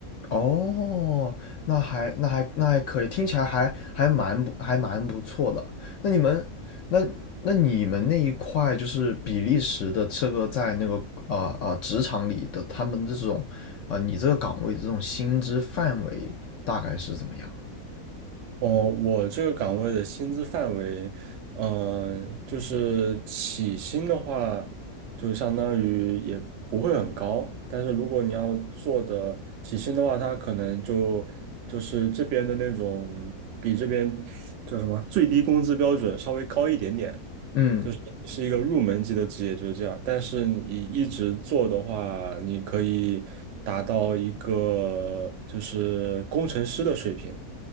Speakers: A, on the left; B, on the right.
A: 哦，那还那还那还可以，听起来还还蛮不还蛮不错的。那你们那那你们那一块就是比利时的这个在那个啊啊、呃呃、职场里的他们这种啊、呃你这个岗位的这种薪资范围大概是怎么样？
B: 哦，我这个岗位的薪资范围，嗯、就是起薪的话，就相当于也不会很高，但是如果你要做的起薪的话，它可能就就是这边的那种比这边叫什么最低工资标准稍微高一点点，
A: 嗯，
B: 是一个入门级的职业，就是这样。但是你一直做的话，你可以达到一个就是工程师的水平。